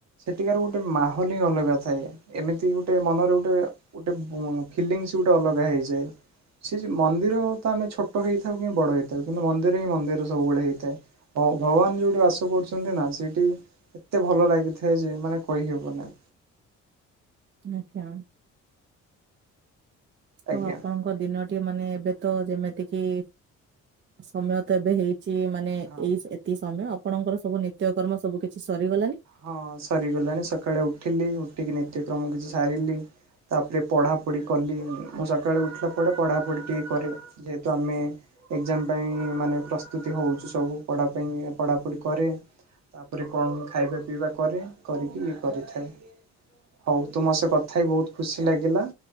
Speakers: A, on the right (about 60°); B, on the right (about 40°).
A: ଏଠିକାର ଗୋଟେ ମାହୋଲ ହିଁ ଅଲଗା ଥାଏ ଏମିତି ଗୋଟେ ମନରେ ଗୋଟେ ଫିଲିଙ୍ଗସ୍ ଗୋଟେ ଅଲଗା ହୋଇଯାଏ ସେ ଯେ ମନ୍ଦିର ତ ଆମେ ଛୋଟ ଛୋଟ ହେଇଥାଉ କି ବଡ଼ ହେଇଥାଉ କିନ୍ତୁ ମନ୍ଦିର ହିଁ ମନ୍ଦିର ସବୁବେଳେ ହେଇଥାଏ। ଔ ଭଗବାନ ଯୋଉଠି ବାସ କରୁଛନ୍ତି ନା ସେଇଠି ଏତେ ଭଲ ଲାଗିଥାଏ ଯେ ମାନେ କରିହେବନାହିଁ।
B: ଆଜ୍ଞା।
A: ଆଜ୍ଞା।
B: ହଁ ଆପଣଙ୍କ ଦିନଟି ମାନେ ଏବେ ତ ଯେମିତି କିି ସମୟ ତ ଏବେ ହେଇ ମାନେ ଏଇ
A: ହଁ
B: ଏତିକି ସମୟ ଆପଣଙ୍କର ସବୁ ନିତ୍ୟକର୍ମ ସବୁ କିଛି ସରିଗଲାଣିି?
A: ହଁ ସରିଗଲାଣି ସକାଳେ ଉଠିଲି ଉଠିକି ନିତ୍ୟକ୍ରମ କିଛି ସାରିଲି। ତାପରେ ପଢ଼ାପଢ଼ି କଲି ମୁଁ ସକାଳେ ଉଠିଲା ପରେ ପଢ଼ାପଢ଼ି ଟିକେ କରେ। ଯେହେତୁ ଆମେ ଏକଜାମ୍ ପାଇଁ ମାନେ ପ୍ରସ୍ତୁତି ହଉଛି ସବୁ ପଢା ପାଇଁ ପଢାପଢି କରେ। ତାପରେ କଣ ଖାଇବା ପିଇବା କରେ କରିକି ଇଏ କରିଥାଏ। ହଉ ତୁ ମୋ ସେ କଥା ହି ବହୁତ ଖୁସି ଲାଗିଲା